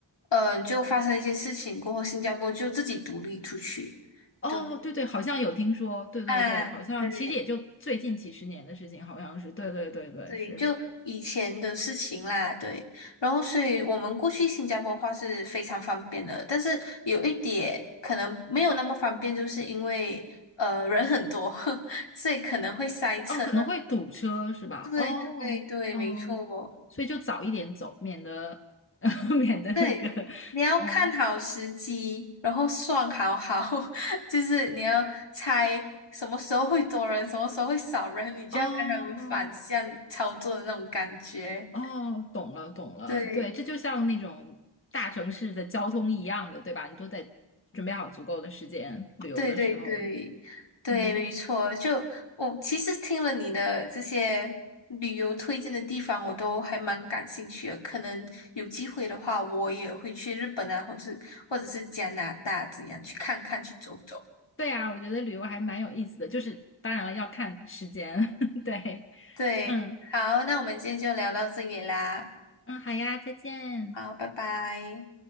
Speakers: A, on the left (about 65°); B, on the left (about 25°).
A: 嗯、呃就发生一些事情过后，新加坡就自己独立出去。
B: 哦，
A: 对
B: 对对，好像有听说，对对对，
A: 啊，
B: 好像其实也就最近几十年的事情，
A: 对，
B: 好像是，对对对对，
A: 对，
B: 是。
A: 就以前的事情啦，对。然后，所以我们过去新加坡的话是非常方便的，但是有一点可能没有那么方便，就是因为呃人很多，<laughs> 所以可能会塞车。
B: 哦，可能会堵车是吧？
A: 对对对，
B: 哦哦，
A: 没错。
B: 所以就早一点走，免得 <laughs> 免得那个，
A: 对，你要看好时机，
B: 嗯，
A: 然后算好好，<laughs> 就是你要猜什么时候会多人，什么时候会少人，你就要跟他们反向操作的那种感觉。
B: 哦哦，懂了，懂了，
A: 对。
B: 对，这就像那种大城市的交通一样的，对吧？你都得准备好足够的时间，旅游的时候，
A: 对对对对，
B: 嗯，
A: 没错。就我其实听了你的这些旅游推荐的地方，我都还蛮感兴趣的。可能有机会的话，我也会去日本啊，或者或者是加拿大这样去看看，去走走。
B: 对啊，我觉得旅游还蛮有意思的，就是当然了，要看时间，<laughs> 对，
A: 对，
B: 嗯
A: 好，那我们今天就聊到这里啦。
B: 嗯，好呀，再见。
A: 好，拜拜。